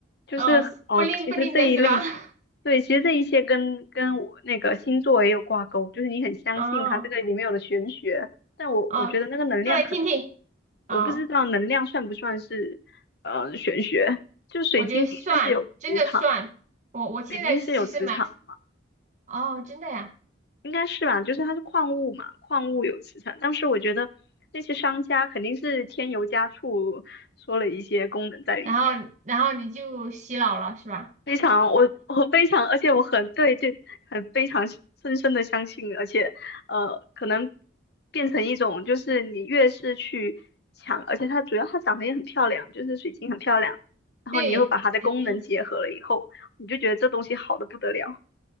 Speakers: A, on the left; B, on the right.
A: 就是哦，
B: 哦，不灵不灵的是吧？
A: 其实这一类型，
B: <laughs>
A: 对，其实这一些跟跟我那个星座也有挂钩，就是你很相信它这个里面有的玄学，
B: 哦
A: 但我我觉得那个能量可能，
B: 哦，说来听听。哦，
A: 我不知道能量算不算是呃玄学，就水晶的确是有磁场，
B: 我觉得算，真的算。我我现在其实蛮
A: 水晶是有磁场。
B: 哦，真的呀。
A: 应该是吧，就是它是矿物嘛，矿物有磁场。当时我觉得那些商家肯定是添油加醋，说了一些功能在里面。
B: 然后然后你就洗脑了是吧？
A: 非常，我我非常，而且我很对这很非常深深的相信，而且呃，可能变成一种就是你越是去抢，而且它主要它长得也很漂亮，就是水晶很漂亮，然后你又把它的功能结合了以后，
B: 对，水晶。
A: 你就觉得这东西好的不得了。